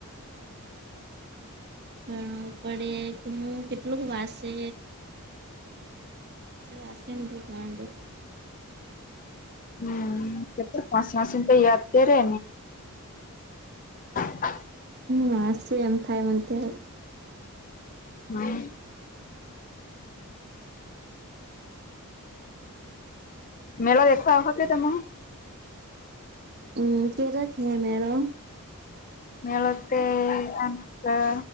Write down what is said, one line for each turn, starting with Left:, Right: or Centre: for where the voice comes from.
Right: ભણવું પડે કે હું કેટલુંક વાસે વા સિંધુ પામાંડુ
Left: હમ કે તો પાસે માસી તો યાદ દરે હ
Right: વાસ છે એમ થાય મ ત્યાં
Left: હમ મેળ દેતા વખતે તમે
Right: હમ કે રખે મરો
Left: મેળતે આ